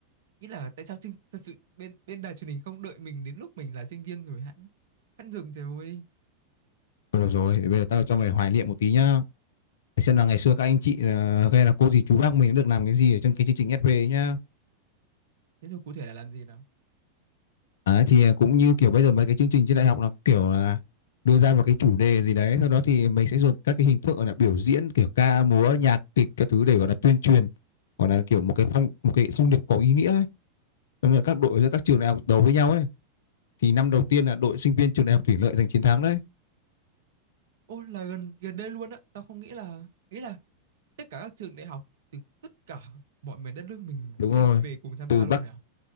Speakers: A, on the right; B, on the left.
A: Ý là tại sao chương, thật sự bên bên đài truyền hình không đợi mình đến lúc mình là sinh viên rồi hẵng hẵng dừng trời ơi.
B: Thôi được rồi bây giờ tao cho mày hoài niệm một tí nhá để xem là ngày xưa các anh chị ờ, hay là cô dì chú bác mình đã được làm cái gì ở trong cái chương trình FV nhá
A: Thế rồi cụ thể là làm gì nào?
B: Đấy, thì à, cũng như kiểu bây giờ mấy cái chương trình trên đại học nó kiểu là đưa ra một cái chủ đề gì đấy sau đó thì mình sẽ dùng các cái hình thức gọi là biểu diễn kiểu ca múa nhạc kịch các thứ để gọi là tuyên truyền gọi là kiểu một cái phong một cái thông điệp có ý nghĩa ấy Xong rồi các đội giữa các trường đại học đấu với nhau ấy thì năm đầu tiên là đội sinh viên trường đại học thủy lợi giành chiến thắng đấy
A: Ô là gần gần đây luôn á, tao không nghĩ là nghĩ là tất cả các trường đại học từ tất cả mọi miền đất nước mình
B: đúng
A: sẽ
B: rồi
A: về cùng tham
B: từ
A: gia luôn
B: bắc
A: hả?